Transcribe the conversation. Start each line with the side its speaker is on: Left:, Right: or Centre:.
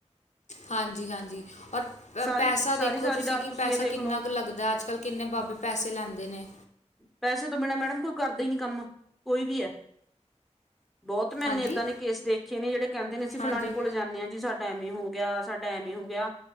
Left: ਹਾਂਜੀ-ਹਾਂਜੀ ਪਰ ਪ੍ਰ
Centre: ਸਾਰੀ
Left: ਪੈਸਾ
Centre: ਸਾਰੀ
Left: ਦੇਖੋ
Centre: ਸਾਰੀ
Left: ਤੁਸੀ
Centre: ਰਾਤ
Left: ਕਿ
Centre: ਤੁਸੀਂ
Left: ਪੈਸਾ
Centre: ਇਹ ਦੇਖ
Left: ਕਿੰਨਾ
Centre: ਲਓ
Left: ਕ ਲੱਗਦੈ ਅੱਜ ਕਾੱਲ ਕਿੰਨੇ ਬਾਬੇ ਪੈਸੇ ਲੈਂਦੇ ਨੇ।
Centre: ਪੈਸੇ ਤੋਂ ਬਿਨਾਂ ਮੈਡਮ ਕੋਈ ਕਰਦੇ ਈ ਨੀ ਕੰਮ, ਕੋਈ ਵੀ ਐ। ਬੋਹੋਤ ਮੈਨੇ
Left: ਹਾਂਜੀ
Centre: ਏਦਾਂ ਦੇ ਕੇਸ ਵੇਖੇ ਨੇ ਜੜੇ ਕੈਂਦੇ ਨੇ ਅਸੀ ਫਲਾਣੇ
Left: ਹਾਂਜੀ
Centre: ਕੋਲ ਜਾਂਨੇ ਆਂ ਜੀ ਸਾਡਾ ਐਵੇਂ ਹੋ ਗੇਆ, ਸਾਡਾ ਐਵੇਂ ਹੋ ਗੇਆ